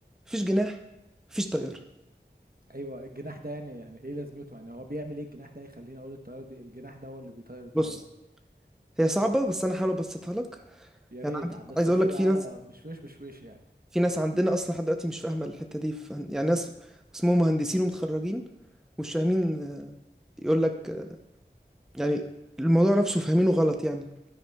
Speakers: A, in the centre; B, on the right (about 55°).
A: مفيش جناح مفيش طيارة
B: ايوه الجناح ده يعني يعني ايه لازمته يعني هو بيعمل ايه الجناح ده يخليني اقول الطياره دي الجناح ده هو اللي بيطير الطياره
A: بص هي صعبة بس أنا هحاول أبسطها لك
B: يا ريت
A: يعني عندي
B: ع- بس
A: عايز
B: ايه
A: أقول لك في
B: اه
A: ناس
B: مش وش مش وش يعني
A: في ناس عندنا اصلا لحد دلوقتي مش فاهمه الحته دي ف... يعني ناس اسمهم مهندسين ومتخرجين ومش فاهمين آه، يقول لك آه، يعني الموضوع نفسه فاهمينه غلط يعني